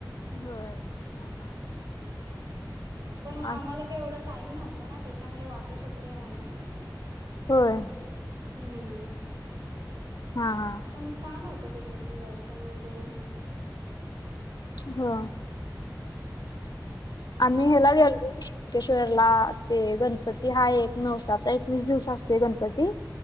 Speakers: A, on the left (about 60°); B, on the right (about 60°).
A: होय हा हा
B: पण
A: आ
B: आम्हाला काही एवढा टाईम नव्हता ना त्याच्यामुले वाचू शकले नाही
A: होय
B: हम्म
A: हा हा
B: पण छान होतं तिकडे पण दर्शन वगैरे
A: हो आम्ही
B: मग
A: हेला
B: तुम्ही
A: गेलोय मुंकेश्वरला ते गणपती हा एक नवसाचा एकवीस दिवस असतोय गणपती